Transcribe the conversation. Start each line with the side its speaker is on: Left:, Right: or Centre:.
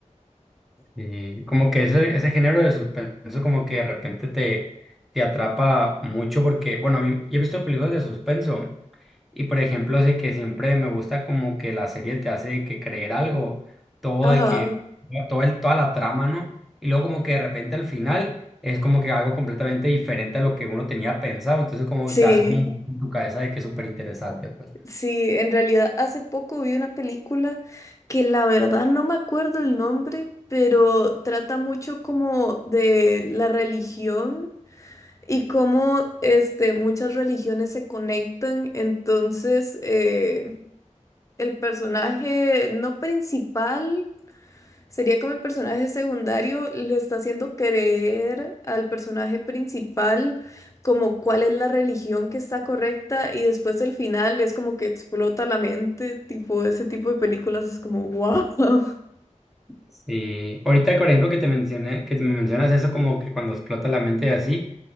Centre: Y como que ese, ese género de suspenso como que de repente te, te atrapa mucho porque, bueno, a mí yo he visto películas de suspenso y por ejemplo, de que siempre me gusta como que la serie te hace que creer algo, todo
Left: Ajá,
Centre: de que, todo el, toda la trama, ¿no? Y luego como que de repente al final es como que algo completamente diferente a lo que uno tenía pensado, entonces como
Left: sí.
Centre: que te hace un boom en tu cabeza de que es súper interesante, pues.
Left: Sí, en realidad hace poco vi una película que la verdad no me acuerdo el nombre, pero trata mucho como de la religión y cómo este, muchas religiones se conectan. Entonces, eh, el personaje no principal, Sería como el personaje secundario le está haciendo creer al personaje principal como cuál es la religión que está correcta y después el final es como que explota la mente, tipo ese tipo de películas es como wow. <laughs>
Centre: Sí, ahorita, por ejemplo, que te mencioné, que te me mencionas eso como que cuando explota la mente y así,